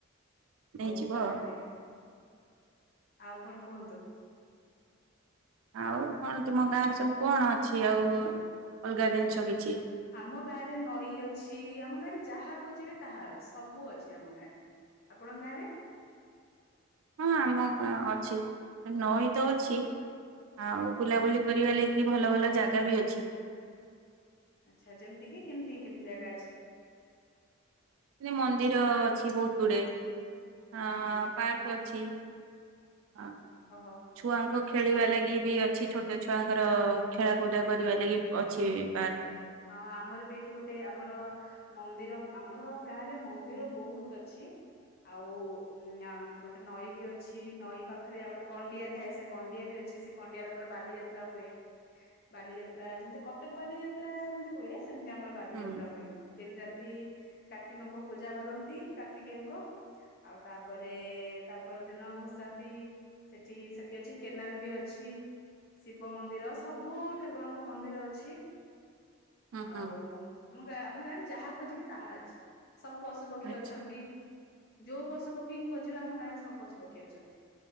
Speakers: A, on the right; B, on the left.
A: ନେଇଯିବ
B: ହଉ ତାହେଲେ
A: ଆଉ।
B: ଆଉ କଣ କୁହନ୍ତୁ?
A: ଆଉ କଣ ତୁମ ଗାଁରେ ସବୁ କଣ ଅଛି ଆଉ ଅଲଗା ଜିନିଷ କିଛି?
B: ଆମ ଗାଁରେ ନଈ ଅଛି ଆମ ଗାଁରେ ଯାହା ଖୋଜିବେ ତାହା ଅଛି ସବୁ ଅଛି ଆମ ଗାଁରେ। ଆପଣଙ୍କ ଗାଁରେ?
A: ହଁ ଆମ ଗାଁ ଅଛି ନଈ ତ ଅଛି। ଆଉ
B: ହଁ
A: ବୁଲାବୁଲି କରିବା ଲାଗି ଭଲ ଭଲ ଜାଗା ବି ଅଛି।
B: ଆଚ୍ଛା ଯେମିତି କି କେମତି କେମତି ଜାଗା ଅଛି?
A: ମାନେ ମନ୍ଦିର ଅଛି ବହୁତ ଗୁଡେ ଅ
B: ହଁ ହଁ
A: ପାର୍କ ଅଛି। ଆ।
B: ଅହ।
A: ଛୁଆଙ୍କ ଖେଳିବା ଲାଗି ବି ଅଛି ଛୋଟ ଛୁଆଙ୍କର ଖେଳାକୁଦା କରିବା ଲାଗି ଅଛି ପାର୍କ।
B: ହଁ ଆମର ବି ଏଇଠି ଗୋଟେ ଆମର ମନ୍ଦିର ଆମର ଗାଁରେ ମନ୍ଦିର ବହୁତ ଅଛି। ଆଉ ଉଁ ଗୋଟେ ନଈ ବି ଅଛି ନଈ ପାଖରେ ଆଉ ଗୋଟେ କଣ୍ଡିଆ ଥାଏ ସେ କଣ୍ଡିଆ ବି ଅଛି ସେ କଣ୍ଡିଆରେ ଆମର ବାଲିଯାତ୍ରା ହୁଏ ବାଲିଯାତ୍ରା ଯେମତି କଟକ୍ ବାଲିଯାତ୍ ତ୍ରା ଯେମିତି ହୁଏ ସେମିତି ଆମର ବାଲିଯାତ୍ରା
A: ହୁଁ।
B: ହୁଏ। ତିନି ରାତି କାର୍ତ୍ତିକଙ୍କ ପୂଜା କରନ୍ତି କାର୍ତ୍ତିକେୟଙ୍କ। ଆଉ ତାପରେ ତାପର ଦିନ ଭସାନ୍ତି ସେଠି-ସେଠି ଅଛି କେନାଲ୍ ବି ଅଛି। ଶିବ ମନ୍ଦିର ସବୁ ଠାକୁରଙ୍କ ମନ୍ଦିର ଅଛି।
A: ହୁଁ
B: ଆଉ
A: ହୁଁ
B: ଆମ ଆମ ଗାଁରେ ଯାହା ଖୋଜିବେ ତାହା ଅଛି ସବୁ ପସ୍ ପଶୁପକ୍ଷୀ
A: ଆଚ୍ଛା
B: ଅଛନ୍ତି ଯୋଉ ପଶୁପକ୍ଷୀ ଖୋଜିବେ ଆମ ଗାଁରେ ସବୁ ପଶୁ ପକ୍ଷୀ ଅଛନ୍ତି।